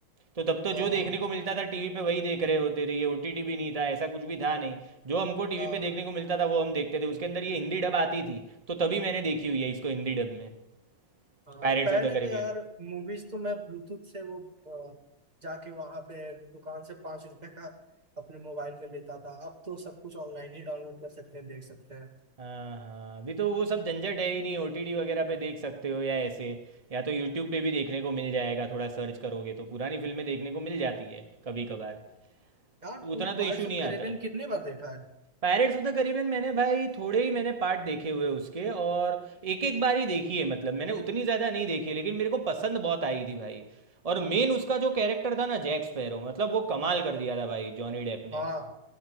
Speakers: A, on the right; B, on the right.
A: तो तब तो
B: हाँ
A: जो देखने को मिलता था टीवी पे वही देख रहे होते थे ये ओटीटी भी नहीं था ऐसा कुछ भी था नहीं जो हमको टीवी
B: हाँ
A: पे देखने को मिलता था वो हम देखते थे उसके अंदर ये हिंदी डब आती थी तो तभी मैंने देखी हुई है इसको हिंदी डब में
B: हाँ
A: Pirates
B: पहले
A: of the Caribbean
B: तो यार मूवीज तो मैं ब्लूटूथ से वो अ, जाके वहां पे दुकान से पांच रुपए का अपने मोबाइल में लेता था अब तो सब कुछ ऑनलाइन ही डाउनलोड कर सकते हैं देख सकते हैं
A: हाँ हाँ अभी तो वो सब झंझट है ही नहीं ओटीटी वगैरह पे देख सकते हो या ऐसे या तो यूट्यूब पे भी देखने को मिल जाएगा थोड़ा सर्च करोगे तो पुरानी फिल्में देखने को मिल जाती है कभी कभार
B: यार तूने
A: तो उतना तो
B: पायरेट्स
A: इशू
B: ऑफ
A: नहीं
B: कैरेबियन
A: आता है
B: कितने बार देखा है
A: पायरेट्स ऑफ द कैरिबियन मैंने भाई थोड़े ही मैंने पार्ट देखे हुए उसके और एक एक बार ही देखी है मतलब मैंने उतनी ज़्यादा नहीं देखी है, लेकिन मेरे को पसंद बहुत आई थी भाई और मेन उसका जो कैरेक्टर था ना जैक स्पैरो मतलब वो कमाल कर दिया था भाई जॉनी डेप
B: हाँ
A: ने